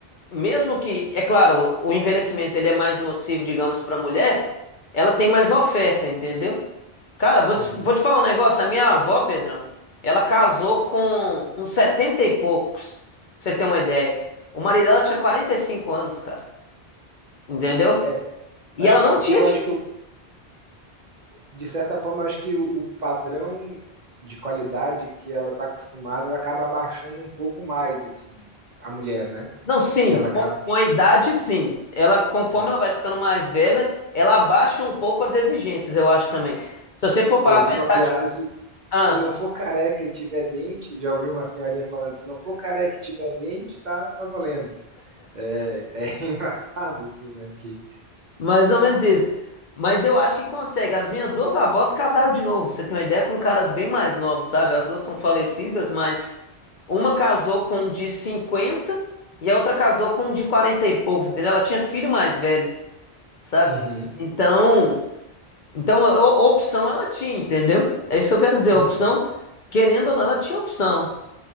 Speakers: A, on the left (about 55°); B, on the right (about 50°).
A: mesmo que, é claro, o envelhecimento ele é mais nocivo, digamos, para a mulher, ela tem mais oferta, entendeu? Cara, vou
B: uhum.
A: te, vou te falar um negócio, a minha avó, Pedrão, ela casou com uns 70 e poucos, pra você ter uma ideia. O marido dela tinha 45 anos, cara, entendeu?
B: É,
A: E
B: acho
A: ela não
B: que
A: tinha
B: o que eu acho que, eu, de certa forma, eu acho que o, o padrão de qualidade que ela está acostumada, ela acaba abaixando um pouco mais, assim, a mulher, né?
A: Não, sim,
B: Que ela acaba.
A: com, com a idade, sim. Ela, conforme
B: é.
A: ela vai ficando mais velha, ela abaixa um pouco as exigências, eu acho também. Se você for parar
B: Eu
A: pra
B: vi uma
A: pensar,
B: piada
A: tipo,
B: se,
A: ah,
B: se não for careca e tiver dente, já ouvi uma senhorinha falando, se não for careca e tiver dente, tá, tá valendo. É, é <laughs> engraçado, assim, né? Porque...
A: mais ou menos isso. Mas eu acho que consegue. As minhas duas avós casaram de novo. pra Você tem uma ideia com caras bem mais novos, sabe? As duas são falecidas, mas uma casou com um de 50 e a outra casou com um de 40 e poucos, entendeu? Ela tinha filho mais velho, sabe?
B: Uhum,
A: Então, Então, a- a opção ela tinha, entendeu? É isso que eu quero dizer, a
B: uhum.
A: opção, querendo ou não, ela tinha opção.